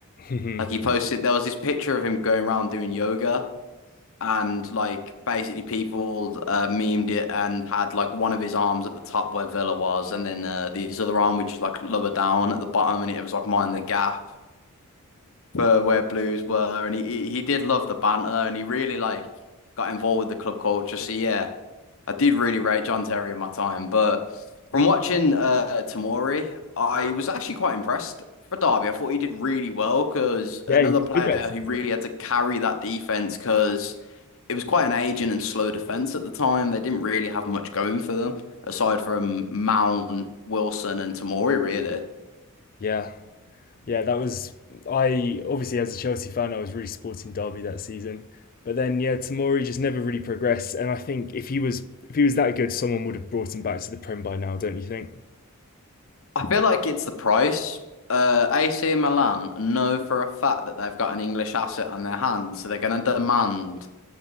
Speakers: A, on the left (about 40°); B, on the left (about 65°).
A: <laughs> yeah,
B: Like he posted, there was this picture of him going around doing yoga, and like basically people uh, memed it and had like one of his arms at the top where Villa was, and then uh, his other arm which was like lower down at the bottom, and it was like mind the gap for where Blues were, and he he he did love the banter, and he really like got involved with the club culture. So yeah, I did really rate John Terry in my time, but from watching uh, Tamori, I was actually quite impressed. For Derby, I thought he did really well because
A: he
B: another
A: was
B: player
A: good that season.
B: who really had to carry that defense because it was quite an aging and slow defense at the time. They didn't really have much going for them aside from Mount, Wilson, and Tamori, really.
A: Yeah. Yeah, that was I obviously as a Chelsea fan I was really supporting Derby that season. But then yeah, Tamori just never really progressed and I think if he was if he was that good someone would have brought him back to the Prem by now, don't you think?
B: I feel like it's the price. Uh, AC Milan know for a fact that they've got an English asset on their hands, so they're going to demand